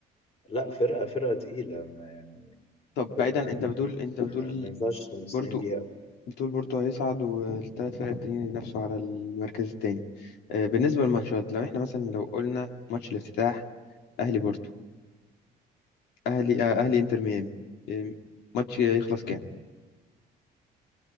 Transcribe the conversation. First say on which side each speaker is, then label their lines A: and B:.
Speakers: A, on the left; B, on the left.
A: لا فرقة فرقة تقيلة ما يعني
B: طب
A: فرقة
B: بعيدا أنت بتقول أنت
A: ما,
B: بتقول
A: ما ينفعش نستهين
B: بورتو
A: بيها أبدا
B: بتقول بورتو هيصعد والثلاث فرق التانيين ينافسوا على المركز التاني آه، بالنسبة للماتشات لو احنا مثلا لو قلنا ماتش الافتتاح أهلي بورتو أهلي آه، أهلي إنتر ميامي آه، ماتش يخلص كام؟